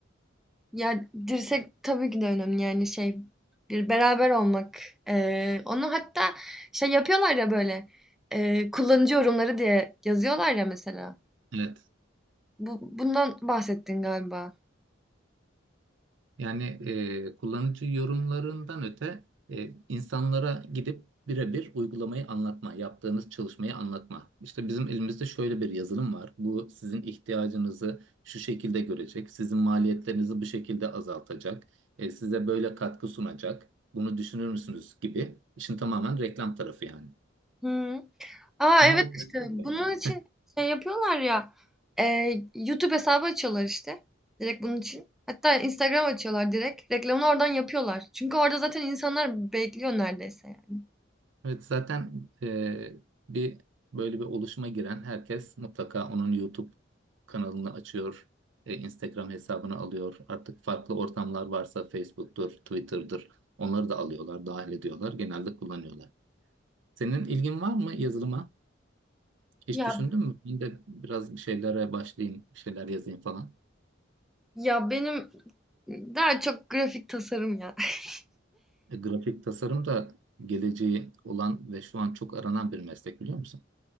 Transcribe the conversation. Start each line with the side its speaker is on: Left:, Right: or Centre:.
Centre: Ya dirsek tabii ki de önemli yani şey bir beraber olmak. Ee, onu hatta şey yapıyorlar ya böyle e, kullanıcı yorumları diye yazıyorlar ya mesela.
Right: Evet.
Centre: Bu, bundan bahsettin galiba.
Right: Yani e, kullanıcı yorumlarından öte e, insanlara gidip birebir uygulamayı anlatma, yaptığınız çalışmayı anlatma. İşte bizim elimizde şöyle bir yazılım var. Bu sizin ihtiyacınızı şu şekilde görecek, sizin maliyetlerinizi bu şekilde azaltacak, e, size böyle katkı sunacak. Bunu düşünür müsünüz gibi. İşin tamamen reklam tarafı yani.
Centre: Hıı. A,
Right: Ama
Centre: evet,
Right: o
Centre: işte,
Right: bence
Centre: bunun için şey yapıyorlar ya, eee, YouTube hesabı açıyorlar, işte, direkt bunun için. Hatta Instagram açıyorlar direkt. Reklamını oradan yapıyorlar. Çünkü orada zaten insanlar bekliyor neredeyse yani.
Right: Evet zaten e, bir böyle bir oluşuma giren herkes mutlaka onun YouTube kanalını açıyor, e, Instagram hesabını alıyor. Artık farklı ortamlar varsa Facebook'tur, Twitter'dır. Onları da alıyorlar, dahil ediyorlar, genelde kullanıyorlar. Senin ilgin var mı yazılıma? Hiç
Centre: Ya
Right: düşündün mü? Ben de biraz bir şeylere başlayayım, bir şeyler yazayım falan.
Centre: ya benim daha çok grafik tasarım ya. <laughs>
Right: E, grafik tasarım da geleceği olan ve şu an çok aranan bir meslek biliyor musun?